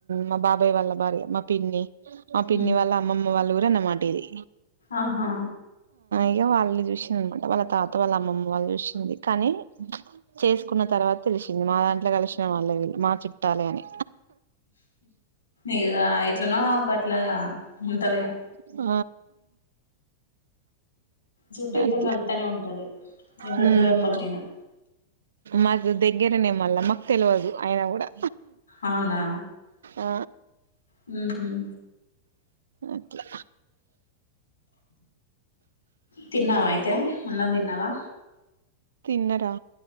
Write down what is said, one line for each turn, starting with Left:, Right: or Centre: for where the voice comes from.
Right: మా బాబాయ్ వాళ్ళ భార్య, మా పిన్ని మా పిన్ని
Left: ఉ
Right: వాళ్ళ. అమ్మమ్మ వాళ్ళ ఊరు అన్న మాట ఇది
Left: ఆహా
Right: ఇగ వాళ్ళు చూసింది అన్న మాట, వాళ్ళ తాత వాళ్ళ అమ్మమ్మ వాళ్ళు చూసింది కానీ. చేసుకున్న తర్వాత తెలిసింది. మా దాంట్లో కలిసిన వాళ్లే వీళ్ళు మా చుట్టాలే అని.
Left: ఇగ ఎట్లనో ఒక అట్లా ఉంటది గా
Right: హూ
Left: చుట్టూరికం
Right: అట్లా
Left: కలుత్తనే ఉంటది ఎంత
Right: హూ
Left: దూరపోల్లయినా
Right: మాకు దగ్గరనే మళ్ళా మాకు తెలవదు అయినా కూడా
Left: అవునా
Right: ఆ
Left: హు హ్మ్
Right: ఎట్ల
Left: తిన్నావా అయితే అన్నం తిన్నావా
Right: తిన్నరా